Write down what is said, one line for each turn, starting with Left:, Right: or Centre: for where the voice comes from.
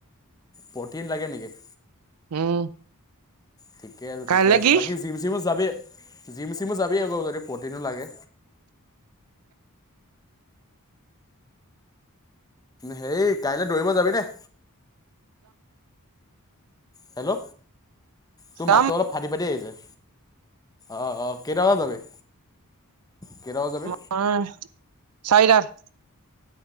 Left: প্ৰ'টিন লাগে নেকি?
Right: উম
Left: ঠিকে আছে
Right: কাইলে
Left: ঠিকে আছে
Right: কি
Left: বাকী জিম চিমো যাবি জিম চিমো যাবি আকৌ যদি প্ৰ'টিনো লাগে। হেৰি কাইলৈ দৌৰিব যাবি নে? হেল্ল' তোৰ
Right: যাম
Left: মাতটো অলপ ফাটি ফাটি আহিছে, অ অ কেইটা বজাত যাবি? কেইটা বজাত যাবি?
Right: তোমাৰ চাৰিটাত।